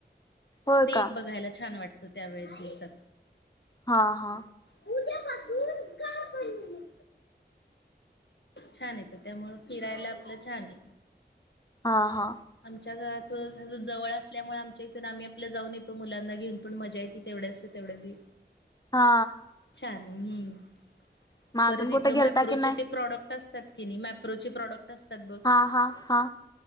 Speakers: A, on the left; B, on the left.
A: होय
B: ते
A: का
B: एक बघायला छान वाटतं त्यावेेळेस दिवसात.
A: हां हां.
B: उद्यापासून गार पडलेले छान येतं त्यामुंळ फिरायला आपलं छान आहे,
A: हा हा
B: आमच्या घरात. <unintelligible> जवळ असल्यामुळे आमच्या इथून आम्ही आपल्या जाऊन येतो मुलांना घेऊन पण मजा येते तेवढ्याच तेवढ्या दि.
A: हा.
B: छान हम्म
A: मग
B: परत
A: अजून कुठे
B: इथं
A: गेलता
B: मॅप्रोचे
A: की नाही?
B: ते प्रॉडक्ट असतात की, नाही मॅप्रोचे प्रॉडक्ट. असतात बघ
A: हा हा हा.